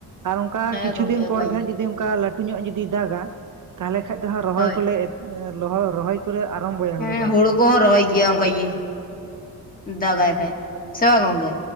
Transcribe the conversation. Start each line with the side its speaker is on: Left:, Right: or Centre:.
Right: ᱟᱨ ᱚᱱᱠᱟ
Left: ᱦᱮᱸ
Right: ᱠᱤᱪᱷᱩ
Left: ᱜᱚᱝᱠᱮ
Right: ᱫᱤᱱ
Left: ᱚᱱᱠᱟ
Right: ᱯᱚᱨ ᱜᱮ ᱦᱟᱸᱜ ᱡᱩᱫᱤ ᱚᱱᱠᱟ ᱞᱟᱹᱴᱩ ᱧᱚᱜ ᱡᱩᱫᱤ ᱫᱟᱜᱟ ᱛᱟᱦᱚᱞᱮ ᱠᱷᱟᱡ ᱫᱚ ᱦᱟᱸᱜ ᱨᱚᱦᱚᱭ
Left: ᱦᱳᱭ
Right: ᱠᱚᱞᱮ ᱚᱦ ᱨᱚᱦᱚᱭ ᱠᱚᱞᱮ ᱟᱨᱟᱢᱵᱚᱭᱟ
Left: ᱦᱮᱸ
Right: ᱨᱚᱦᱚᱭ
Left: ᱦᱩᱲᱩ
Right: ᱠᱚ
Left: ᱠᱚᱦᱚᱸ ᱨᱚᱦᱚᱭ ᱜᱮᱭᱟ ᱚᱱᱠᱟᱜ ᱜᱮ ᱫᱟᱜᱟᱭ ᱠᱷᱟᱭ ᱥᱮ ᱵᱟᱝ ᱜᱚᱝᱠᱮ